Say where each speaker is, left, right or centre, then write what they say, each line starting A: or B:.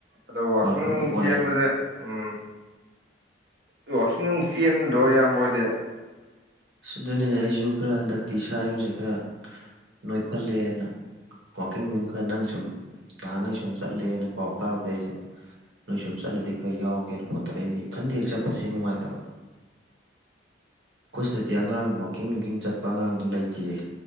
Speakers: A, on the right; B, on the right.
A: ꯑꯗꯣ ꯋꯥꯛꯀꯤꯡ
B: ꯋꯥꯔꯜ ꯀꯞꯅ
A: ꯅꯨꯡ
B: ꯑꯣꯜꯂꯦ
A: ꯆꯦꯟꯕꯁꯦ ꯎꯝ ꯋꯥꯋꯥꯛꯀꯤꯡ ꯅꯨꯡ ꯆꯦꯟꯗ꯭ꯔꯣ ꯌꯥꯝꯌꯥꯝꯕꯣꯏꯗꯤ
B: ꯑꯗꯨꯅꯤꯅꯦ ꯑꯩꯁꯨ ꯈꯔ ꯍꯟꯗꯛꯇꯤ ꯏꯁꯥ ꯏꯔꯨꯁꯦ ꯈꯔ ꯅꯣꯏꯈꯠꯂꯦꯅ ꯋꯥꯋꯥꯛꯀꯤꯡ ꯃꯤꯡ ꯈꯔ ꯅꯪ ꯁꯨꯝ ꯅꯍꯥꯟꯈꯩ ꯁꯨꯝ ꯆꯠꯂꯦꯅ ꯄꯥꯎ ꯇꯥꯕꯗ ꯑꯩꯁꯦ ꯅꯣꯏ ꯁꯨꯝ ꯆꯠꯂꯗꯤ ꯈꯔ ꯌꯥꯎꯒꯦꯅ ꯐꯣꯟ ꯇꯧꯔꯛꯏꯅꯤꯅꯦ ꯏꯊꯟꯗꯤ ꯍꯦꯛ ꯆꯠꯄꯗꯨꯁꯨ ꯍꯦꯛ ꯅꯨꯡꯉꯥꯏꯇꯕ ꯑꯩꯈꯣꯏ ꯁꯤꯗꯗꯤ ꯑꯉꯥꯡ ꯋꯥꯋꯀꯤꯡ ꯅꯨꯡꯀꯤꯡ ꯆꯠꯄ ꯑꯉꯥꯡꯗꯨ ꯂꯩꯇꯦꯌꯦ